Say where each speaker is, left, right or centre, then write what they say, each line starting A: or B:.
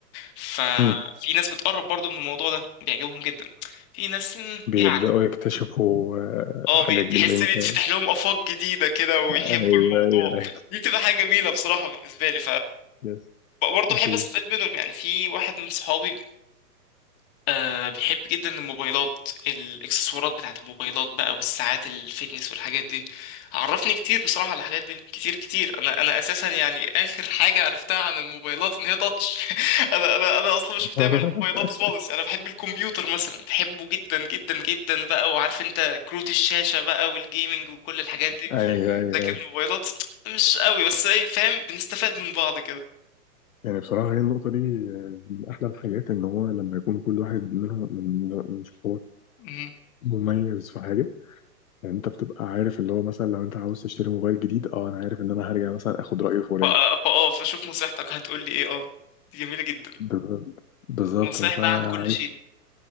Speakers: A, on the left; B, on the left.
A: ففي
B: مم.
A: ناس بتقرب برضو من الموضوع ده بيعجبهم جدا في ناس مم،
B: بيبدأوا
A: يعني
B: يكتشفوا آه،
A: اه
B: الحاجات
A: بي- تحس
B: اللي انت
A: بيتفتح لهم آفاق جديدة كده ويحبوا
B: ايوه
A: الموضوع
B: ايوه
A: دي بتبقى حاجة جميلة بصراحة بالنسبة لي
B: يس
A: برضه
B: اكيد
A: بحب استفاد منهم يعني في واحد من صحابي آه بيحب جدا الموبايلات الاكسسوارات بتاعت الموبايلات بقى والساعات الفيتنس والحاجات دي عرفني كتير بصراحة على الحاجات دي كتير كتير انا انا اساسا يعني اخر حاجة عرفتها عن الموبايلات ان هي تاتش <laughs> انا انا انا اصلا مش
B: <laughs>
A: متابع الموبايلات خالص يعني انا بحب الكمبيوتر مثلا بحبه جدا جدا جدا بقى وعارف انت كروت الشاشة بقى والجيمنج وكل الحاجات دي
B: ايوه ايوه
A: لكن
B: ايوه
A: الموبايلات مش قوي بس ايه فاهم بنستفاد من بعض
B: يعني بصراحه هي النقطه دي آه، من احلى الحاجات ان هو لما يكون كل واحد منها من من صحابك
A: كده
B: مميز في حاجه يعني انت بتبقى عارف اللي هو مثلا لو انت عاوز تشتري موبايل جديد اه انا عارف ان انا هرجع مثلا اخد راي فلان
A: ف- فاه فشوف نصيحتك هتقول لي ايه اه دي جميلة جدا
B: بالظبط بالظبط
A: نصايح
B: مثلا
A: بقى
B: انا
A: عن كل
B: عايز
A: شيء